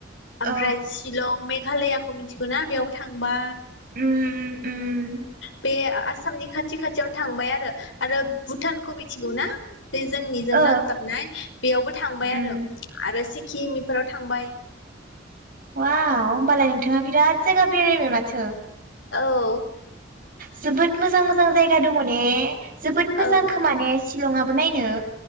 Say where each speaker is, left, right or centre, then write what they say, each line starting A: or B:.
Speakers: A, on the right; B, on the left.
A: औ
B: ओमफ्राय शिलं मेघालयाखौ मिथि <unintelligible> बेयावबो थांबा
A: उम उम
B: बे आसामनि खा खाथि खाथियावनो थांबाय आरो, आरो भुटानखौ मिथिगौ ना? बे जोंनिजों
A: ओ
B: नांजाबनाय बेयावबो थांबाय
A: उम
B: आरो, आरो सि किम इफोराव थांबाय
A: वाव, होनबालाय नोंथांआ बिराद जायगा बेरायबाय माथो।
B: औ
A: जोबोद मोजां मोजां जायगा दङ ने जोबोद मोजां
B: औ
A: खोमा ने सि लंआबो नायनो